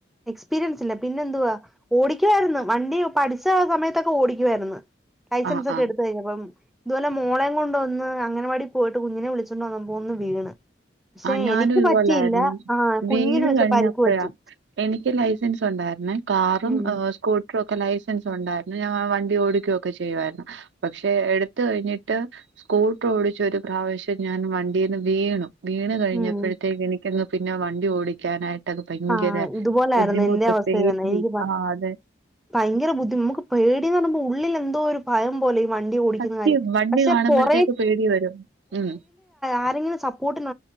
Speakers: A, in the centre; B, on the right (about 75°).
A: എക്സ്പീരിയൻസ് ഇല്ല പിന്നെ എന്തുവാ ഓടിക്കുവായിരുന്നു വണ്ടി പഠിച്ച സമയത്തൊക്കെ ഓടിക്കുായിരുന്നു ലൈസൻസ്
B: ആഹ്
A: ഒക്കെ
B: ആഹ്
A: എടുത്ത കഴിഞ്ഞഞ് അപ്പം ഇതുപോലെ മോളയും കൊണ്ട്ൊന്ന് അങ്ങനെ ാടി പോയിട്ട് കുഞ്ഞിനെ വിളിച്ചിണ്ടണ്ട് വന്നാ പോകന്ന് വീണ് പക്ഷെ
B: ആ ഞാനും
A: എനിക്ക്
B: ഇതുപോലായിരുന്നു
A: പറ്റിയില്ല ആ
B: വീണ്
A: കുഞ്ഞിന് പക്ഷെ
B: കഴിഞ്ഞപ്പോഴാ
A: പരിക്ക് പറ്റി
B: എനിക്ക് ലൈസൻസ് ഉണ്ടായി കാറുംകൂ
A: ഉം
B: ക്കെ ലൈസൻസ് ഉണ്ടായിരുന്നു ഞാൻ ആ വണ്ടി ഓടിക്കുകയൊക്കെ ചെയ്യുായിരുന്നു പക്ഷെ എടുത്ത കഴിഞ്ഞിട്ട് സ്കൂട്ടർ ഓടിച്ച ഒരു പ്രാവശ്യം ഞാൻ വണ്ടീന്ന് വീണു വീണ് കഴിഞ്ഞപ്പോഴത്തേക്ക്
A: ഉം
B: എനിക്കന്ന് പിന്നെ വണ്ടി ഓടിക്കാനായിട്ട് ൊക്കെ ഭയങ്കര
A: ആ ഇതുപോലായിരുന്നു
B: ബുദ്ധിമുട്ട്
A: എന്റെ അവസ്ഥ
B: പേഡി
A: തന്നെ എനിക്ക്
B: ആ് അതെ
A: ഭയങ്കര ബുദ്ധി നമുക്ക് പേടിന്ന് പറയുമ്പോൾ ഉള്ളിൽ എന്തോ ഒരു ഭയം പോലെ വണ്ടി ഓടിക്കുന്ന
B: സത്യം
A: കാര്യം
B: വണ്ടി
A: പക്ഷെററ
B: കാണുമ്പോഴത്തേക്ക് പേടി വരും ഉം
A: ആരെങ്കിലും സപ്പോർട്ടണ്ട